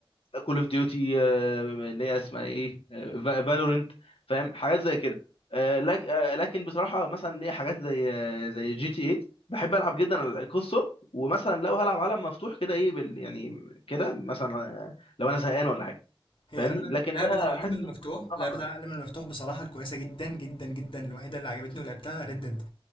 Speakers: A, on the left (about 80°); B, on the left (about 65°).
A: كول اوف ديوتي اللي هي اسمها ايه فالورنت فاهم حاجات زي كده آه، لك- آه، لكن بصراحه مثلا ليا حاجات زي آه، زي جي تي ايه بحب العب جدا القصه ومثلا لو هلعب عالم مفتوح كده ايه بال يعني كده مثلا آه، لو انا زهقان ولا حاجه
B: هي
A: فاهمني
B: لعبة
A: لكن
B: لعبة
A: بقى
B: العالم
A: حته
B: المفتوح
A: الاونلاين بصراحه
B: لعبة
A: ما
B: العالم المفتوح بصراحة الكويسة جدا جدا جدا الوحيدة اللي عجبتني ولعبتها ريد ديد